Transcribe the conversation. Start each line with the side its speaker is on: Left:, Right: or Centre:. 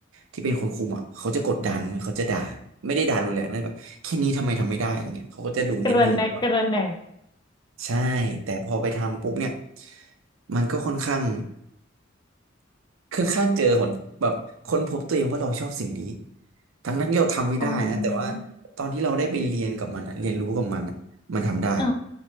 Right: ที่เป็นคนคุมอ่ะเขาจะกดดันเขาจะด่าไม่ได้ด่ารุนแรงเลยแบบแค่นี้ทำไมทำไม่ได้อะไรเงี้ยเขาก็จะดูนิดนึงว่า
Left: กระแนะกระแหน
Right: ใช่แต่พอไปทำปุ๊บเนี่ยมันก็ค่อนข้างค่อนข้างเจอหนแบบค้นพบตัวเองว่าเราชอบสิ่งนี้ทั้งนั้นที่เราทำไม่ได้นะแต่ว่า
Left: อ๋อ
Right: ตอนที่เราได้ไปเรียนกับมันอะเรียนรู้กับมันอะมันทำได้
Left: เออ